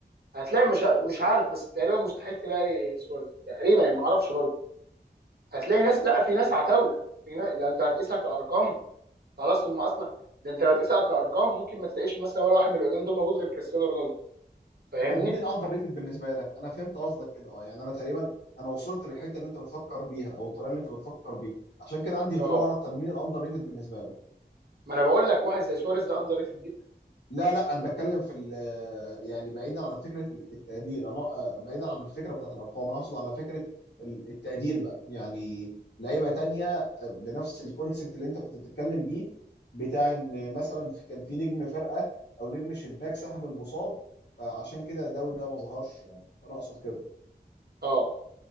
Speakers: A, on the right (about 65°); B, on the left (about 75°).
A: هتلاقي مش مش عارف بس تقريبا مستحيل تلاقي سواريز تقريبا يعني ما اعرفش برضه هتلاقي ناس لا في ناس عتاوله في ناس لو انت هتقيسها كارقام خلاص ما اصلا ده انت لو هتقيسها كارقام ممكن ما تلاقيش مثلا ولا واحد من القدام دول موجود غير كريستيانو رونالدو فاهمني؟
B: طب مين الاندر ريتد بالنسبه لك انا فهمت قصدك كده اه يعني انا تقريبا انا وصلت للحته اللي انت بتفكر بيها او الطريقه اللي انت بتفكر بيها عشان كده عندي
A: اه
B: فضول اعرف طب مين الاندر ريتد بالنسبه لك
A: ما انا بقول لك واحد زي سواريز ده اندر ريتد جدا
B: لا لا انا بتكلم في ال- آه، يعني بعيدا عن فكره التقدير انا آه، بعيدا عن الفكره بتاعت الارقام انا اقصد على فكره ال- التقدير بقى يعني لعيبه تانية آه، بنفس الكونسبت اللي انت كنت بتتكلم بيه بتاع ان مثلا في- كان في نجم فرقه او نجم شباك سحب المصاب فعشان كده ده وده ما ظهرش يعني فانا اقصد كده
A: اه